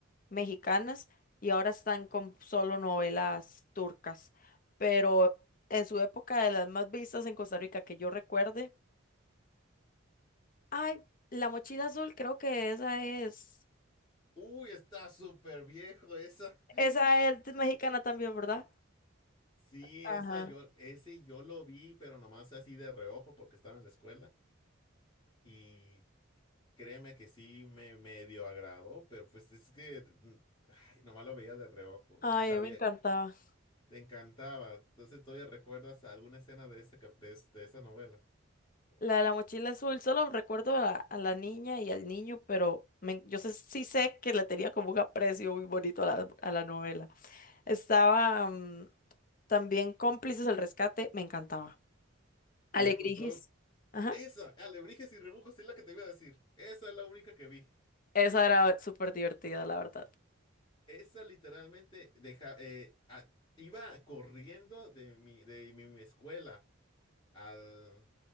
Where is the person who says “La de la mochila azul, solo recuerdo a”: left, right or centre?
Left